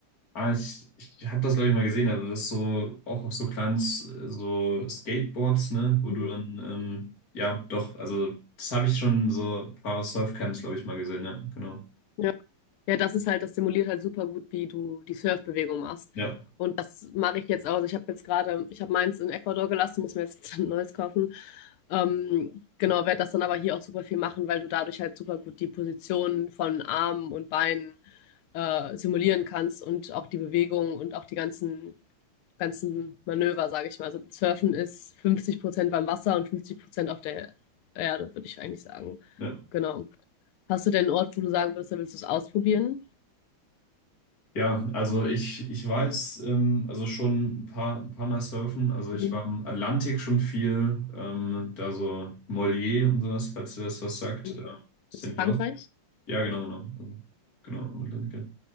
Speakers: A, on the left; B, on the left.
A: Ah, ich ich habe das, glaube ich, mal gesehen. Also, das ist so auch auf so kleinen S- so Skateboards, ne, wo
B: Mhm.
A: du dann, ähm, ja, doch, also, das habe ich schon so ein paar Surfcamps, glaube ich, mal gesehen, ja, genau.
B: Ja. Ja, das ist halt, das simuliert halt super gut, wie du die Surfbewegung machst.
A: Ja,
B: Und das mache ich jetzt auch. Ich habe jetzt gerade, ich habe meins in Ecuador gelassen, muss mir jetzt <laughs> ein neues kaufen. Ähm, genau, werde das dann aber hier auch super viel machen, weil du dadurch halt super gut die Position von Armen und Beinen äh, simulieren kannst und auch die Bewegung und auch die ganzen ganzen Manöver, sage ich mal. Also Surfen ist 50 Prozent beim Wasser und 50 Prozent auf der Erde, würde ich eigentlich sagen.
A: ja.
B: Genau. Hast du denn einen Ort, wo du sagen würdest, da willst du es ausprobieren?
A: Ja, also ich, ich war jetzt ähm, also schon ein paar, ein paar Mal surfen. Also ich
B: Mhm.
A: war im Atlantik schon viel, ähm, da so Mollier und sowas, falls dir das was sagt.
B: Das
A: Äh, Senior.
B: ist Frankreich?
A: Ja, genau, genau. Also, genau, im Atlantik. ja.